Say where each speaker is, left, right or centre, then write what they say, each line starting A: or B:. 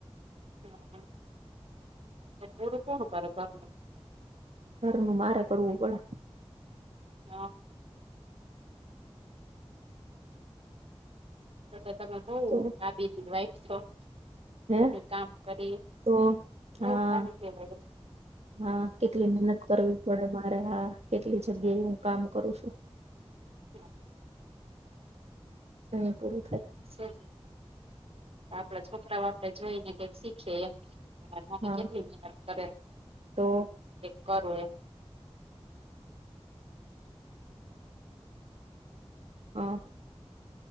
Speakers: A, on the right; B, on the right.
A: હા તો પૂરુ કોણ કરે ઘરનું?
B: ઘરનું મારે કરવું પડે.
A: હા તો તો તમે બો
B: તો
A: કાબીલી વાઇફ છો.
B: હે
A: બધે કામ કરી
B: તો
A: બો
B: હા
A: સારું કેહવાય હો.
B: હા કેટલી મહેનત કરવી પડે મારે. હા કેટલી જગ્યાએ હું કામ કરું છું.
A: હા
B: ત્યાં પૂરું થાય.
A: શું કેય. આપડા છોકરાઓ આપડે જોઈ ને કઈક શીખે એમ. કે મારી મમ્મી
B: હા
A: જમીને હેલ્પ કરે,
B: તો
A: કાઈ કરું એમ.
B: હા